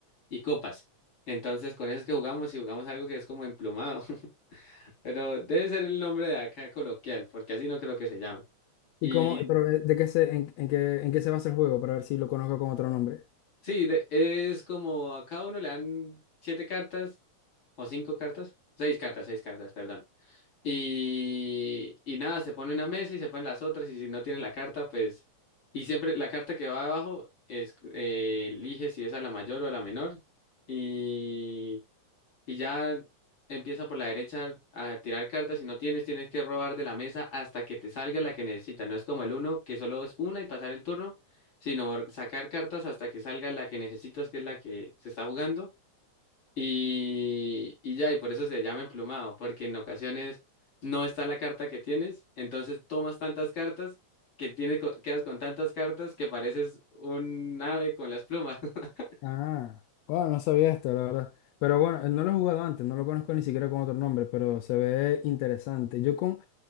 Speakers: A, on the left; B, on the left.
A: y copas. Entonces, con eso es que jugamos y jugamos algo que es como emplumado, <laughs> pero debe ser el nombre de acá coloquial, porque así no creo que se llame. Y
B: ¿Y cómo, pero de de qué se, en, en qué, en qué se basa el juego? Para ver si lo conozco con otro nombre.
A: sí, de- es como a cada uno le dan siete cartas o cinco cartas, seis cartas, seis cartas, perdón. Y, y nada, se pone una mesa y se ponen las otras y si no tienes la carta, pues... Y siempre la carta que va abajo es, eh, elige si es a la mayor o a la menor. Y, y ya empieza por la derecha a tirar cartas. Si no tienes, tienes que robar de la mesa hasta que te salga la que necesitas. No es como el uno, que solo es una y pasar el turno, sino sacar cartas hasta que salga la que necesitas, que es la que se está jugando. Y, y ya, y por eso se llama emplumado, porque en ocasiones no está la carta que tienes, entonces tomas tantas cartas que tienes, co- quedas con tantas cartas que pareces un ave con las plumas. <laughs>
B: Ah, bueno, no sabía esto, la verdad. Pero bueno, eh, no lo he jugado antes, no lo conozco ni siquiera con otro nombre, pero se ve interesante. Yo con,